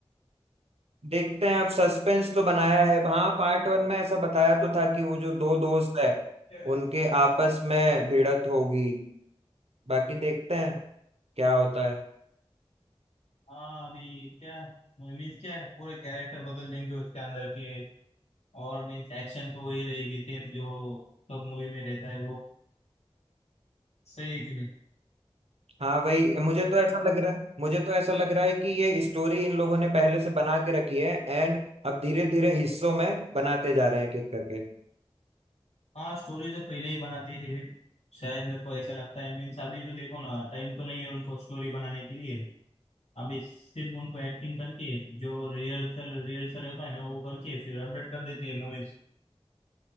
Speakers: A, on the right; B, on the left.
A: देखते हैं अब सस्पेंस तो बनाया है हाँ पार्ट
B: ठीक
A: वन में ऐसा बताया तो था कि वो जो दो दोस्त है
B: है।
A: उनके आपस में भिड़त होगी बाकी देखते हैं क्या होता है
B: हाँ अभी क्या मीन्स क्या है पूरे कैरेक्टर बदल देंगे उसके अंदर के और मीन्स एक्शन तो वही रहेगी सेम जो सब मूवी में रहता है वो सही है कि नहीं
A: हाँ भाई मुझे तो ऐसा लग रहा है मुझे तो ऐसा लग रहा है कि ये स्टोरी इन लोगों ने पहले से बना के रखी है एंड अब धीरे धीरे हिस्सों में बनाते जा रहे हैं एक एक करके
B: हाँ स्टोरी तो पहले ही बनाते हैं शायद मेरे को ऐसा लगता है मीन्स अभी तो देखो ना टाइम तो नहीं है उनको स्टोरी बनाने के लिए अभी सिर्फ उनको एक्टिंग करके जो रिहर्सल रिहर्सल होता है ना वो करके फिर अपडेट कर देते हैं मूवीज